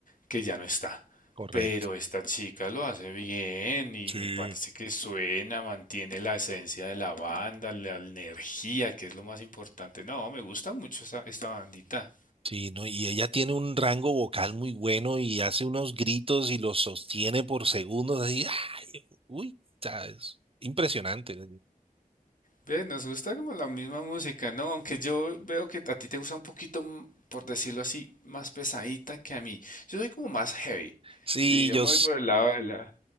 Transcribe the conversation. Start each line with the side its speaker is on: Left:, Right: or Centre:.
Left: que ya no está.
Right: Correcto.
Left: Pero esta chica lo hace bien y
Right: Sí.
Left: me parece que suena, mantiene la esencia de la banda, la energía, que es lo más importante. No, me gusta mucho esta, esta bandita.
Right: Sí, ¿no? Y ella tiene un rango vocal muy bueno y hace unos gritos y los sostiene por segundos así. ¡ay! Uy, o sea, es impresionante.
Left: Ve, nos gusta como la misma música, ¿no? Aunque yo veo que a ti te gusta un poquito, m- por decirlo así, más pesadita que a mí. Yo soy como más heavy.
Right: Sí,
Left: Sí, yo
Right: yo,
Left: me voy por el lado de la,